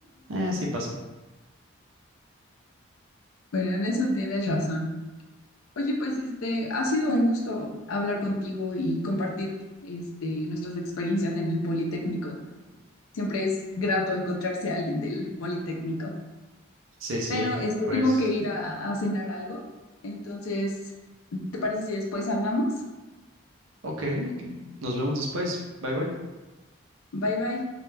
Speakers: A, on the right; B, on the left.
A: eh, así pasa.
B: Bueno, en eso tienes razón. Oye, pues este, ha sido un gusto hablar contigo y compartir este, nuestras experiencias en el Politécnico. Siempre es grato encontrarse a alguien del Politécnico.
A: Sí, sí,
B: Pero es que
A: pues,
B: tengo que ir a, a cenar algo. Entonces, ¿te parece si después hablamos?
A: ok, nos vemos después. Bye, bye.
B: Bye bye.